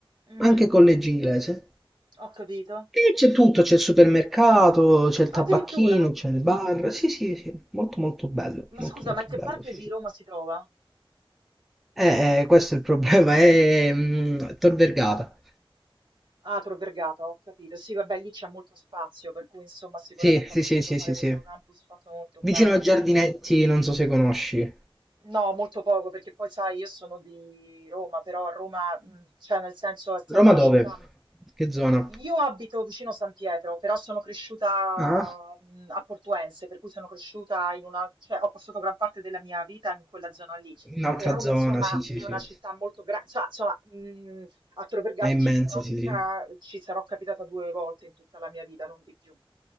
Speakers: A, on the right; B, in the centre.
A: mhm.
B: anche college inglese.
A: Ho capito.
B: E c'è tutto, c'è il supermercato, c'è il
A: Addirittura.
B: tabacchino, c'è il bar. Sì, sì, sì, molto molto bello,
A: Ma
B: molto
A: scusa,
B: molto
A: ma in che
B: bello,
A: parte
B: sì,
A: di
B: sì.
A: Roma si trova?
B: Eh, eh, questo è il problema, <laughs> è mm, Tor Vergata.
A: Ah, Tor Vergata, ho capito. Sì, vabbè, lì c'è molto spazio, per cui insomma sicuramente
B: Sì, sì,
A: hanno
B: sì,
A: potuto
B: sì,
A: fare
B: sì,
A: questo
B: sì.
A: campus fatto molto bene.
B: Vicino a Giardinetti, non so se conosci.
A: No, molto poco, perché poi sai, io sono di Roma, però a Roma, mh, cioè nel senso, essendo
B: Roma
A: una
B: dove?
A: città...
B: Che zona?
A: Io abito vicino San Pietro, però sono cresciuta
B: Ah?
A: mh, a Portuense, per cui sono cresciuta in una... cioè ho passato gran parte della mia vita in quella zona lì.
B: Un'altra
A: E Roma,
B: zona,
A: insomma,
B: sì, sì,
A: è
B: sì.
A: una città molto grande, cioè, insomma, mh, a Tor Vergata
B: È immenso,
A: ci sarò,
B: sì,
A: ca-
B: sì.
A: ci sarò capitata due volte in tutta la mia vita, non di più.